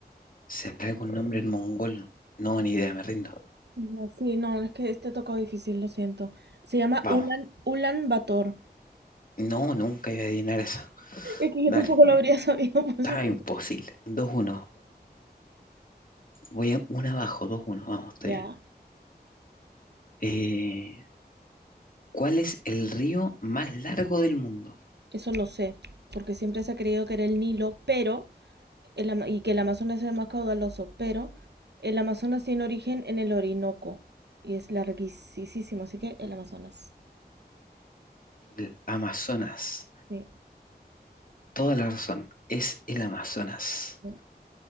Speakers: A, on the left; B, on the right.
A: ¿Será algún nombre en mongol? No, ni idea, me rindo.
B: No, Sí, no, es que este tocó difícil, lo siento. Se llama
A: Vamos.
B: Ulan, Ulan Bator.
A: No, nunca iba a adivinar esa.
B: Es que
A: Dale,
B: yo tampoco lo habría <laughs> sabido, por eso
A: estaba
B: te-
A: imposible. Dos uno. Voy a una abajo, Dos uno. Vamos, estoy
B: Ya,
A: bien. Eh, ¿cuál es el río más largo del mundo?
B: eso lo sé, porque siempre se ha creído que era el Nilo, pero el Ama- y que el Amazonas sea más caudaloso, pero el Amazonas tiene origen en el Orinoco y es larguísimo, así que el Amazonas.
A: El Amazonas.
B: Sí,
A: Toda la razón. Es el Amazonas.
B: sí,